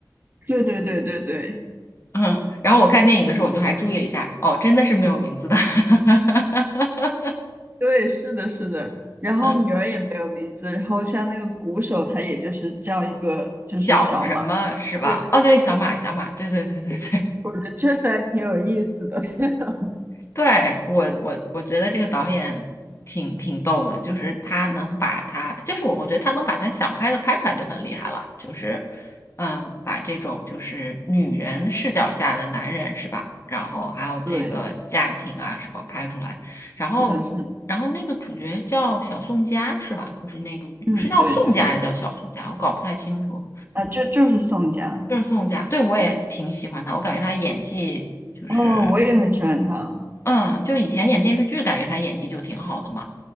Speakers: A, on the right (about 30°); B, on the left (about 40°).
A: 对对对对对。
B: 嗯，然后我看电影的时候，我就还注意了一下，哦，真的是没有名字的，<laughs>
A: 对，是的，是的。然后女儿也没有名字，
B: 嗯，
A: 然后像那个鼓手，他也就是叫一个就是小马。
B: 小什么是吧？
A: 对对对对，
B: 哦，对，小马，小马，对对对对对，
A: 我觉得确实还挺有意思的。<laughs>
B: 对，我我我觉得这个导演挺挺逗的，就是他能把他，就是我我觉得他能把他想拍的拍出来就很厉害了，就是嗯，把这种就是女人视角下的男人是吧？然后还有这个家庭啊什么拍出来，
A: 对，
B: 然后然后那个主角叫小宋佳是吧？
A: 是的，是的，
B: 就是那个女是叫宋佳还是叫小宋佳？
A: 嗯，对对对，
B: 我搞不太清楚，
A: 啊，就就是宋佳，
B: 就是宋佳，对我也挺喜欢她，我感觉她演技。就是。
A: 哦，我也很喜欢他。
B: 嗯，就以前演电视剧，感觉他演技就挺好的嘛。